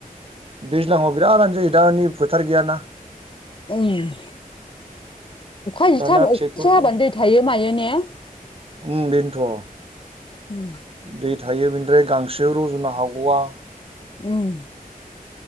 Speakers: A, on the right; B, on the left.
A: दैज्लाङाव बिराद आन जायो दा नै फोथार गैयाना।
B: उम अखा <unintelligible> एसे
A: दाना ट्रेक्टरजों
B: हाबानो दै थायो मायो ने? <inaudible>
A: उम बेनोथ'।
B: उम
A: दै थायो बिनिफ्राय गांसो रजनो हाग'आ।
B: उम